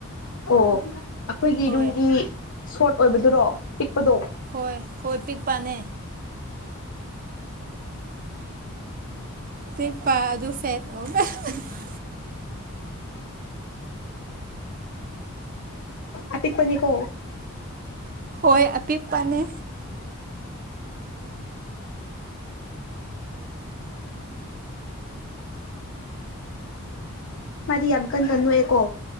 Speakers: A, on the left; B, on the right.
A: ꯑꯣ ꯑꯩꯈꯣꯏꯒꯤ
B: ꯍꯣꯏ
A: ꯔꯨꯝꯒꯤ ꯁꯣꯔꯠ ꯑꯣꯏꯕꯗꯨꯔꯣ ꯄꯤꯛꯄꯗꯣ
B: ꯍꯣꯏ ꯍꯣꯏ ꯄꯤꯛꯄꯅꯦ ꯄꯤꯛꯄꯥ ꯑꯗꯨ ꯐꯦꯠ ꯑꯣꯏꯕꯔꯥ <unintelligible>
A: ꯑꯄꯤꯛꯄꯅꯦꯀꯣ
B: ꯍꯣꯏ ꯑꯄꯤꯛꯄꯅꯦ
A: ꯃꯥꯗꯤ ꯌꯥꯝ ꯀꯟ ꯀꯟ ꯅꯣꯛꯑꯦꯀꯣ